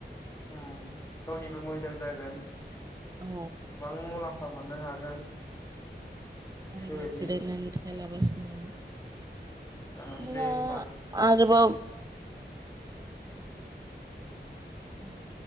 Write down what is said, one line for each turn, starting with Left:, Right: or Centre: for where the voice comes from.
Left: ओम गावनिबो मोजां जागोन
Right: औ
Left: गोबां मुलाम्फा फा मोननो हागोन
Right: ओरैनो
Left: बेबायदि
Right: जिरायनानै थायालाबासिनो
Left: ओं
Right: नोआ
Left: दे होमबा।
Right: आरोबाव औ